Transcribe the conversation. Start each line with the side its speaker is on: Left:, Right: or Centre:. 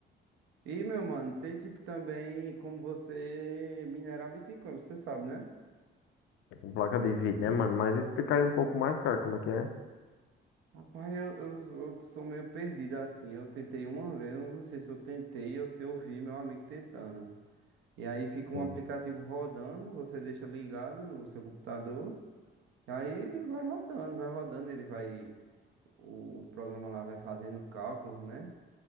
Right: E, meu mano, tem tipo também como você minerar Bitcoin, você sabe, né?
Left: É com placa de vídeo, né, mano? Mas explica aí um pouco mais, cara, como é que é.
Right: Rapaz, eu, eu, eu sou meio perdido assim. Eu tentei uma vez, eu não sei se eu tentei ou se eu vi meu amigo tentando. E aí fica um
Left: Sim.
Right: aplicativo rodando, você deixa ligado no seu computador, aí vai rodando, vai rodando, ele vai. O, o programa lá vai fazendo cálculos, né?